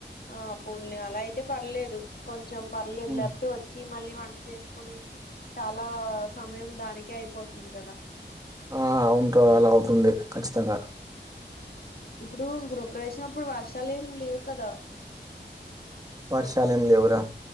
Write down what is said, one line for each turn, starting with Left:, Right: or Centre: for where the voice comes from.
Left: ఆ పోనీలే అలా అయితే పర్లేదు. కొంచెం పర్లేదు
Right: హ్మ్.
Left: లే వచ్చి మళ్ళీ వంట చేసుకుని చాలా సమయం దానికే అయిపోతుంది కదా
Right: ఆ అవునూరా అలా అవుతుంది. ఖచ్చితంగా
Left: ఇప్పుడు గృహప్రవేశంప్పుడు వర్షాలుమి లేవు కదా
Right: వర్షాలేమీ లేవురా